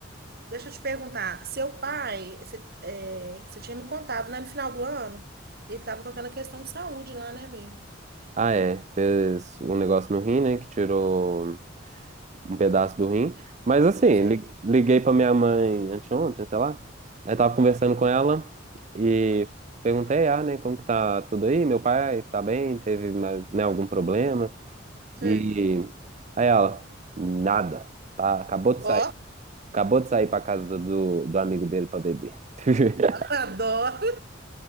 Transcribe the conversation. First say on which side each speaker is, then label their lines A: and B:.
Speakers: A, on the right (about 55°); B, on the right (about 35°).
A: deixa eu te perguntar. Seu pai, você, é, você tinha me contado, né, no final do ano, ele tava com aquela questão de saúde lá, né, amigo?
B: Ah, é. Fez um negócio no rim, né? Que tirou um pedaço do rim. Mas assim,
A: Sei.
B: li- liguei pra minha mãe anteontem, sei lá. Aí tava
A: Ah,
B: conversando com ela e
A: ah,
B: perguntei, ah, né, como que tá tudo aí? Meu pai tá bem? Teve, né, algum problema?
A: sei.
B: E aí ela, nada. Tá, acabou de
A: Ó,
B: sair. Acabou de sair pra casa do, do, do amigo dele pra beber. <laughs>
A: <laughs> adoro.